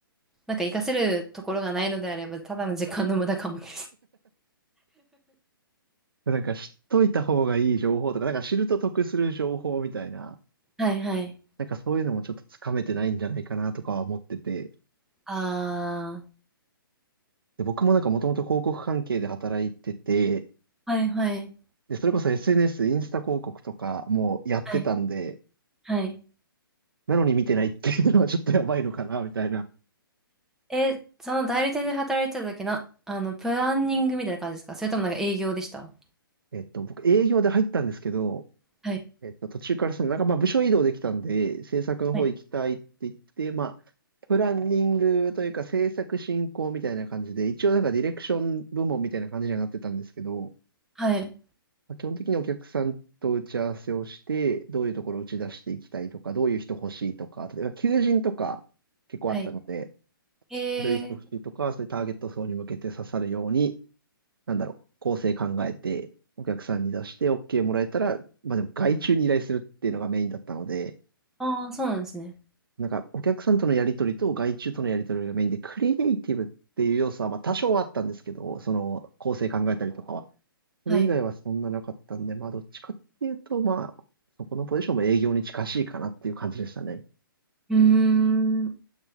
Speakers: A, in the centre; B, on the right (about 70°).
A: なんか活かせるところがないのであればただの時間の無駄かもね。
B: なんか知っといた方がいい情報とか、なんか知ると得する情報みたいな、
A: はいはい。
B: なんかそういうのもちょっとつかめてないんじゃないかなとかは思ってて、
A: あ
B: で、僕もなんかもともと広告関係で働いてて、
A: あ、はいはい。
B: で、それこそ SNS、インスタ広告とかもやってたんで、
A: はいはい。
B: なのに見てないっていうのはちょっとやばいのかな、みたいな。
A: え、その代理店で働いてた時な、あの、プランニングみたいな感じですかそれともなんか営業でした
B: えっと、僕営業で入ったんですけど、
A: はい
B: えっと、途中からその、なんかまあ部署移動できたんで、制作の方行きたいって言って、
A: はい
B: まあ、プランニングというか制作進行みたいな感じで、一応なんかディレクション部門みたいな感じにはなってたんですけど、
A: はい。
B: まあ、基本的にお客さんと打ち合わせをして、どういうところを打ち出していきたいとか、どういう人欲しいとか、例えば求人とか結構あったので、
A: はい。えー、
B: どういう人欲しいとか、そういうターゲット層に向けて刺さるように、なんだろう、構成考えて、お客さんに出して OK もらえたら、まあでも外注に依頼するっていうのがメインだったので、
A: ああ、そうなんですね。
B: なんか、お客さんとのやりとりと外注とのやりとりがメインで、クリエイティブっていう要素は、まあ、多少はあったんですけど、その、構成考えたりとかは。それ以外はそんななかったんで、
A: はい。
B: まあ、どっちかっていうと、まあ、そこのポジションも営業に近しいかなっていう感じでしたね。
A: うーん。